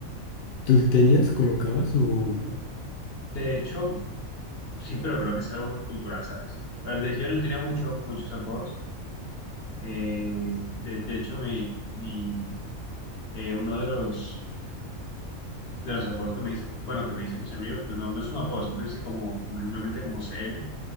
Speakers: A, on the left; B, on the left.
A: tú sí tenías, colocabas o
B: mm, de hecho, sí, pero creo que es algo más cultural, ¿sabes? Pero de- Yo no tenía mucho, muchos apodos. Eh, de, de hecho, mi, mi, eh, uno de los de los apodos que me dicen, bueno, que me dicen mis amigos, pues no, no es un apodo, siempre dicen como, como simplemente como C M